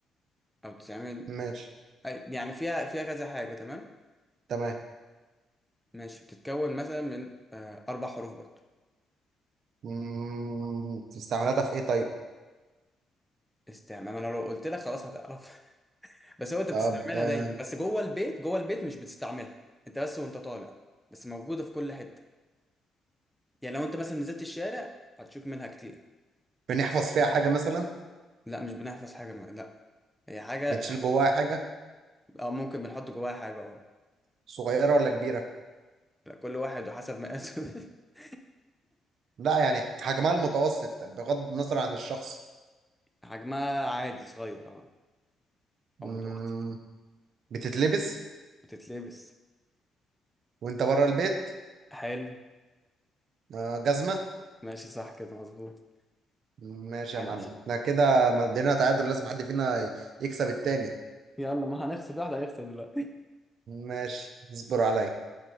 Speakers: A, in the centre; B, on the right.
A: او بتتعمل
B: ماشي
A: أي- يعني فيها فيها كذا حاجه تمام
B: تمام
A: ماشي بتتكون مثلا من آه، اربع حروف برضو
B: مم، استعملتها في ايه طيب
A: استعمال ما انا لو قلت لك خلاص هتعرف <laughs> بس هو انت
B: طب
A: بتستعملها
B: آه،
A: دايما بس جوه البيت جوه البيت مش بتستعملها انت بس وانت طالع بس موجوده في كل حته يعني لو انت مثلا نزلت الشارع هتشوف منها كتير
B: بنحفظ فيها حاجة مثلا
A: لا مش بنحفظ حاجه ما. لا هي حاجه
B: بنشيل جواها حاجة
A: او ممكن بنحط جواها حاجه اه
B: صغيرة ولا كبيرة
A: لا كل واحد وحسب مقاسه <laughs>
B: لا يعني حجمها المتوسط بغض النظر عن الشخص
A: حجمها عادي صغير اه
B: مم،
A: او متوسط يعني
B: بتتلبس
A: بتتلبس
B: وانت بره البيت
A: حلو
B: آه، جزمة
A: ماشي صح كده مظبوط
B: ماشي
A: عايش
B: يا معلم احنا كده مدينا تعادل لازم حد فينا يكسب التاني
A: يلا ما هنخسر واحد هيخسر دلوقتي <laughs>
B: ماشي اصبر عليا